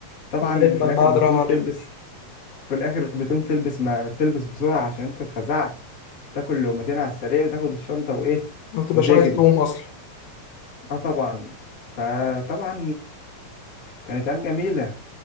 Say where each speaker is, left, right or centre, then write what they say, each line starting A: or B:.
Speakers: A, on the left (about 30°); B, on the left (about 75°).
A: طبعا
B: لغاية
A: في
B: ما
A: الاخر
B: الميعاد
A: بتقوم
B: راح عليك
A: تلبس في الاخر بتقوم تلبس ما تلبس بسرعه عشان انت اتفزعت تاكل لقمتين على السريع وتاخد الشنطه وايه
B: متبقاش
A: وتجري
B: عايز تقوم أصلا
A: اه طبعا فطبعا كانت ايام جميله